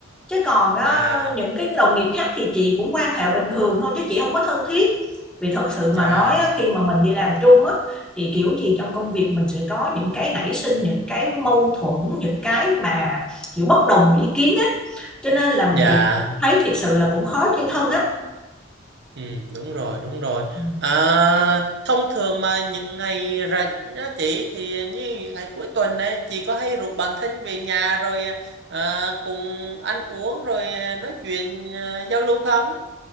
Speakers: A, in the centre; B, on the right.
A: chứ còn á,
B: dạ
A: những cái đồng nghiệp khác thì chị cũng quan hệ bình thường thôi chứ chị không có thân thiết vì thật sự
B: dạ
A: mà nói á, khi mà mình đi làm chung á thì kiểu gì trong công việc mình sẽ có những cái nảy sinh những cái mâu thuẫn những cái mà kiểu bất đồng ý kiến á cho nên là
B: dạ
A: chị thấy thiệt sự là cũng khó chơi thân á
B: Ừ, đúng rồi, đúng rồi.
A: ừ.
B: À, thông thường mà những ngày rảnh á chị thì như những ngày cuối tuần ấy, chị có hay rủ bạn thân về nhà rồi à, cùng ăn uống rồi à, nói chuyện à, giao lưu không?